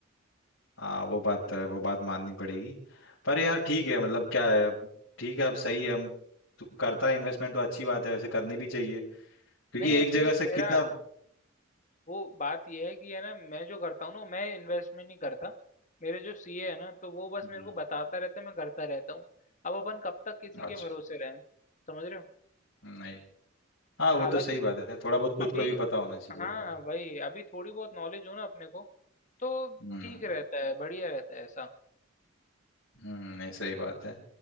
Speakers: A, on the left (about 65°); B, on the left (about 35°).
A: हाँ वो बात तो है वो बात माननी पड़ेगी पर यार ठीक है मतलब क्या है अब ठीक है अब सही है हम- तू करता है इन्वेस्टमेंट तो अच्छी बात है वैसे करनी भी चाहिए क्योंकि
B: नहीं
A: एक
B: एक्चुअली
A: जगह
B: मेरा
A: से कितना
B: वो बात यह है कि है ना मैं जो करता हूँ ना मैं इन्वेस्टमेंट नहीं करता मेरे जो सीए है ना तो वो बस
A: हम्म,
B: मेरे को बताता रहता है मैं करता रहता हूँ अब अपन कब तक किसी
A: अच्छा
B: के भरोसे रहें समझ रहे हो
A: नहीं हाँ वो
B: हालांकि
A: तो सही बात है थोड़ा बहुत खुद
B: अभी
A: को भी पता होना चाहिए
B: हाँ
A: होता है
B: वही अभी थोड़ी बहुत नॉलेज हो ना अपने को तो
A: हम्म
B: ठीक रहता है बढ़िया रहता है ऐसा
A: हम्म नहीं सही बात है